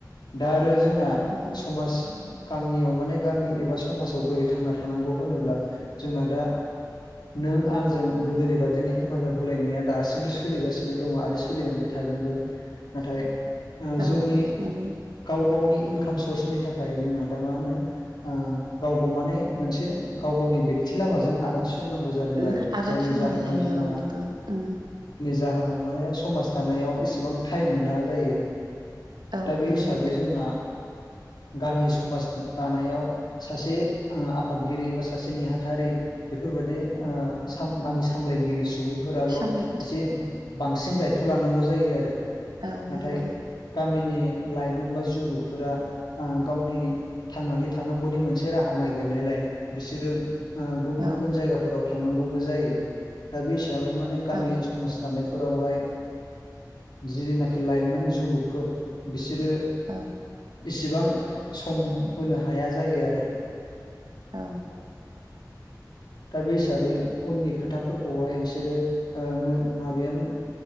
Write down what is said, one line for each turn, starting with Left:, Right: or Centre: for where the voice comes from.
Left: दा आरो जोंना
Right: ओं
Left: समाज गामियाव माने गामि एबा समाजाव बोरै थांना थानांगौ होनोब्ला जोंना दा नों आंजों गोदोनि बादिनो हेफाजाब होलायनाया दासिमबो सोलिगासिनो दङ आरो सोलिलांबाय थ थागोनबो नाथाय जोंनि
Right: औ नंगौ
Left: गाव गावनि इनकाम सर्सनि थाखाय जोंहा मा गाव म मोन गाव गावनि बेत लामाजों आगान सुरनांगौ जादों
Right: आगान
Left: आरो जायनि
Right: सुरनांगौ
Left: जाहोनाव
Right: जायो
Left: जोंहा
Right: औ नंगौ उम
Left: जाहोनाव माने समाज थानायाव एसेबां टाइम मोना जायो
Right: औ
Left: दा बे
Right: नंगौ
Left: हिसाबै
Right: नोंथां
Left: जोंना गामि समाज दानायाव सासे आफादगिरि बा सासे नेहाथारि बेफोरबायाददि गामि सामलायगिरि सुबुं फोराल
Right: सामलायगिरि
Left: एसे बांसिन दायथ लानांगौ जायो आरो
Right: औ नंगौ
Left: नाथाय गामिनि लाइमोन बा जुबुकफोरा गावनि थांनानै थानांगौनि मोनसे राहा नागिरनायलाय बिसोरो गुबुन
Right: औ
Left: गुबुन जायगाफोराव थांनांगौबो जायो दा बे हिसाबै माने गामि
Right: औ
Left: समाज थानायफोरावहाय जनाखि लाइमोन जुबुकफोर बिसोरो
Right: औ
Left: इसेबां सम होनो हाया जायो आरो
Right: औ
Left: दा बे हिसाबै उननि खोथाफोरखौहाय बिसोरो माबाया